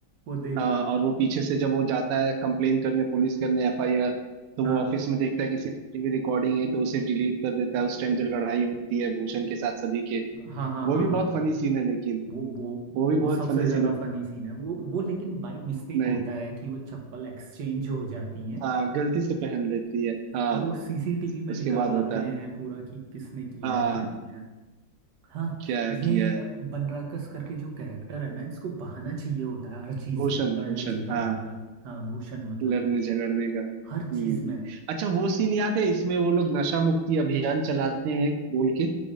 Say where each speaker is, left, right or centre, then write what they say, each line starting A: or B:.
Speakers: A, on the right; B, on the right.
A: वो देख
B: हाँ
A: लेता
B: और वो
A: है
B: पीछे से जब वो जाता है कंप्लेन करने पुलिस करने एफआईआर तो
A: हाँ
B: वो ऑफिस में देखता है कि सीसीटीवी रिकॉर्डिंग है तो उसे डिलीट कर देता है उस टाइम जो लड़ाई होती है भूषण के साथ सभी के
A: हाँ हाँ
B: वो
A: हाँ
B: भी
A: हाँ
B: बहुत फनी सीन है लेकिन
A: वो वो
B: वो भी
A: वो
B: बहुत
A: सबसे
B: फनी सीन
A: ज्यादा
B: है
A: फनी सीन है वो वो लेकिन बाई मिस्टेक
B: नहीं
A: होता है कि वो चप्पल एक्सचेंज हो जाती हैं
B: हाँ गलती से पहन लेती है हाँ
A: और वो सीसीटीवी में
B: उसके
A: निकलवाते
B: बाद होता है
A: हैं पूरा कि किसने किया
B: हाँ
A: है क्या किया है हाँ
B: क्या
A: ये
B: किया है
A: बनराकस करके जो कैरेक्टर है ना इसको बहाना चाहिए होता है हर चीज
B: भूषण
A: में लड़ने
B: भूषण
A: झगड़ने
B: हाँ
A: का हाँ भूषण मतलब
B: लड़ने झगड़ने का
A: हर चीज
B: हम्म
A: में
B: अच्छा वो सीन याद है इसमें वो लोग नशा मुक्ति अभियान चलाते हैं बोल के